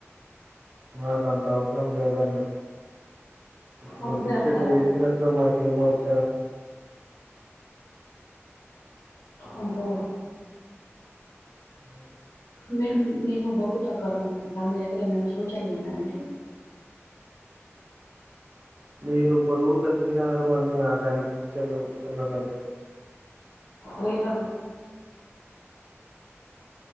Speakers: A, on the right; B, on the left.
A: నాకు అంత అవసరం లేదండి ఇప్పుడు
B: అంతే
A: బిస్కెట్
B: అంటారా?
A: వేసినచ్చో మాకు ఫేమోచ
B: అబో
A: ఆహ్
B: మీరు మేము బరువు తగ్గాలనుకుంటం మీ దగ్గర ఏమైనా సూచనలు ఉన్నాయండి
A: మీరు బరువు తగ్గినారు అని నాకు అనిపించ చిన్నదండి
B: మీద